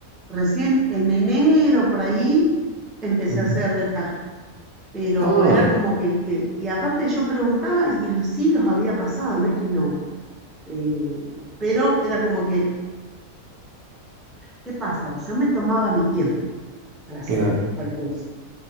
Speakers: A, in the centre; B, on the right.
A: Recién en enero por ahí empecé
B: Ujú.
A: a hacer retask, pero
B: Ah,
A: era como que, eh, y aparte yo preguntaba y lo- sí los había pasado, no es que no. eh, pero era como que, ¿qué pasa? Yo me tomaba mi tiempo para hacer
B: claro.
A: el curso,